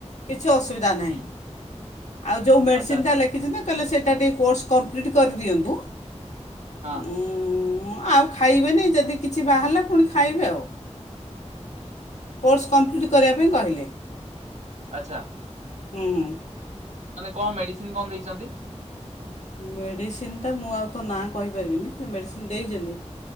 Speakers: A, on the left (about 75°); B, on the right (about 75°).
A: କିଛି ଅସୁବିଧା ନାହିଁ
B: ହୁଁ
A: ଆଉ ଯୋଉ ମେଡ଼ିସିନିଟା
B: ଆଚ୍ଛା ଆଚ୍ଛା
A: ଲେଖିଛନ୍ତି ତାହା ହେଲେ ସେଇଟା ଟିକେ କୋର୍ସ କପ୍ଲିଟ୍ କରିଦିଅନ୍ତୁ।
B: ହଁ
A: ହୁଁ ଆଉ ଖାଇବେନି ଯଦି କିଛି ବାହାରିଲା ପୁଣି ଖାଇବେ ଆଉ କୋର୍ସ କମ୍ପ୍ଲିଟ୍ କରିବା ପାଇଁ କହିଲେ।
B: ଆଚ୍ଛା।
A: ହୁଁ ହୁଁ।
B: ମାନେ କଣ ମେଡିସିନ କଣ ଦେଇଛନ୍ତି?
A: ମେଡ଼ିସିନ୍ ଟା ମୁଁ ଆଉ ତ ନାଁ କହିପାରିବିନି ସେ ମେଡ଼ିସିନ ଦେଇଛନ୍ତି